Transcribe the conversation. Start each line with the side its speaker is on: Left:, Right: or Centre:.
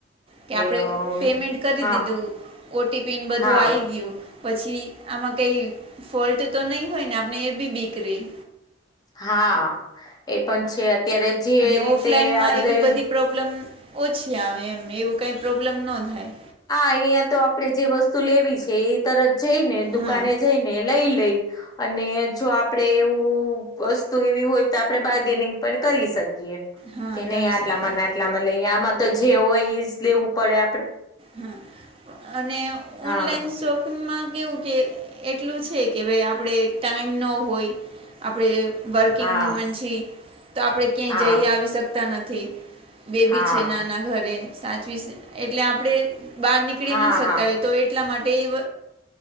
Right: કે આપણેે
Left: અમ,
Right: પેમેન્ટ કરી
Left: હા
Right: દીધું ઓ. ટી. પીને બધું
Left: હા
Right: આઈ ગયું પછી આમાં કંઈ ફોલ્ટ તો નહીં હોય ને આપને એ બી બીક રયે.
Left: હા એ પણ છે અત્યારે જે
Right: અને
Left: રીતે
Right: ઓફલાઈનમાં
Left: આ બધાય
Right: એવી બધી પ્રોબ્લેમ ઓછી આવે એમ એવું કાંઈ પ્રોબ્લેમ ન થાય.
Left: આ અહિયાં તો આપણે જે વસ્તુ લેવી છે ઈ તરત જઈને દુકાને
Right: હા
Left: જઈને ને લઈ લઈ. અને જો આપણેે એવું વસ્તુ એવી હોય તો આપણેે બાર્ગેનિંગ પણ કરી શકીએ.
Right: હા
Left: કે નહીં
Right: કરી
Left: આટલામાં
Right: શકીએ
Left: ને આટલામાં લઈ આમાં તો જે હોય એ ઈજ લેવું પડે આપણે
Right: હા અને
Left: હા
Right: ઓનલાઈન શોપિંગમાં કેવું કે એટલું છે કે ભઈ આપણે ટાઈમ નો હોય, આપણે વર્કિંગ
Left: હા
Right: વુમન છી, તો આપણેે ક્યાંય
Left: હા
Right: જઈ આવી શકતા નથી બેબી
Left: હા
Right: છે નાના ઘરે સાચવીસ, એટલે આપડે બહાર નીકળી
Left: હા
Right: ન શકતા
Left: હા
Right: હોય તોઈ એટલા માટે ઈવ